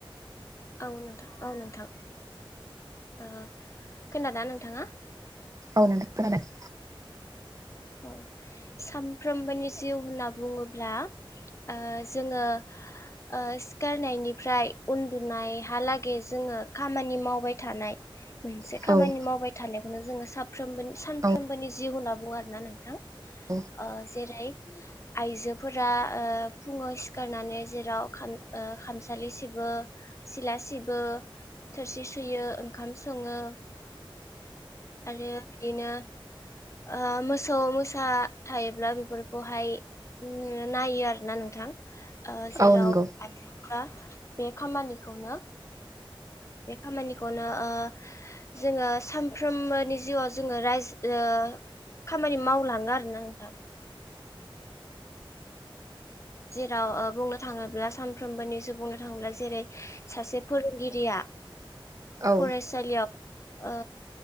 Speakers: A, on the left (about 35°); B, on the right (about 35°).
A: औ नोंथां औ नोंथां। ओ खोनादों ना नोंथाङा?
B: ओ नोंथां खोनादों।
A: औ सामफ्रोमबोनि जिउ होनना बुङोब्ला ओ जोङो ओ सिखारनायनिफ्राय उन्दुनायहालागै जोङो खामानि मावबाय थानाय। मोनसे
B: खोनादों
A: खामानि मावबाय थानाय खौनो जोङो साफ्रोमबोनि सानफ्रोमबोनि
B: औ
A: जिउ होनना बुङो आ <unintelligible> नोंथां
B: औ
A: ओ जेरै आइजोफोरा ओ फुङाव सिखारनानै जेराव खाम ओ खामसालि सिबो, सिला सिबो, थोरसि सुयो, ओंखाम सङो आरो बिदिनो ओ मोसौ मोसा थायोब्ला बेफोरखौहाय नायो आरोना नोंथां। ओ जेराव
B: औ नंगौ
A: हा बे खामानिखौनो बे खामानिखौनो ओ जोङो सामफ्रोमबोनि जिउआव जोङो रायज ओ खामानि मावलाङो आरोना नोंथां। जेराव ओ बुंनो थाङोब्ला सानफ्रोमबोनि बुंनो थाङोब्ला जेरै सासे फोरोंगिरिया
B: औ
A: फरायसालियाव ओ